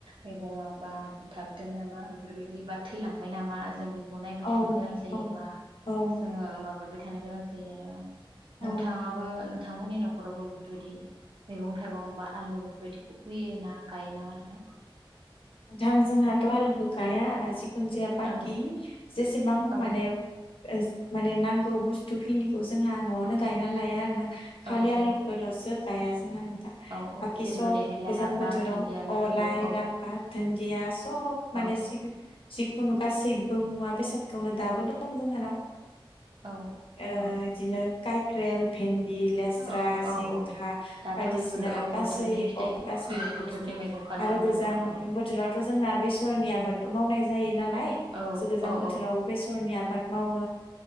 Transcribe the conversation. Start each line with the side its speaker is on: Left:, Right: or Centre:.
Right: मै बङाबा बुथारदों नामा बेफोरबायदि बा थैलांबाय नामा जों बे खौ नायबाय
Left: औ
Right: थानो गोनां जायोबा
Left: औ औ
Right: जोङो माबाबाय थानो गोनां जायो आरो नोंथाङाबो
Left: औ
Right: नोंथांमोननि न'खरावबो बेफोरबायदि मैगं थाइगं बा आलु बेफोरबायदि फोयो ना गायो नामा नोंथां?
Left: नोंथां जोंहाथ' आलुखो गाइया जि खुन जाया बाकि
Right: औ
Left: जेसेबां
Right: औ
Left: माने ओज माने नांगौ बुस्थु खिनिखौ जोंहा न'आवनो गायना लाया आरो ना
Right: औ
Left: खालि
Right: औ
Left: आलुफोरल'सो गाया जोंहा नों
Right: औ औ
Left: बाकि
Right: जेरैबायदिहाय
Left: सब
Right: लाइ
Left: गोजां
Right: लाफा
Left: बोथोराव
Right: दुन्दिया बेफोरखौ
Left: अ लाइ
Right: औ
Left: लाफा धोनदिया स'ब माने
Right: औ
Left: जि जिखुनु गासैबो मुवा बेसाद <unintelligible> दाबो दं जोंहानाव ओ
Right: औ
Left: बिदिनो
Right: औ
Left: कायक्रेल भेन्द लेस्रा
Right: औ
Left: जिंखा
Right: औ औ दाथ'
Left: बायदिसिना
Right: बेफोरो औ
Left: गासै
Right: बोथोरनि फिथाइ औ बोथोरनि
Left: <inaudible>
Right: मैगंखा नङा
Left: आरो
Right: होमबा
Left: गोजां,
Right: नोंथां औ
Left: बोथोराव थ' जोंना बेसरनि आबादबो मावनाय जायो नालाय
Right: औ
Left: गोजां
Right: औ
Left: बोथोरावबो
Right: औ
Left: बेस'र नि आबाद मावो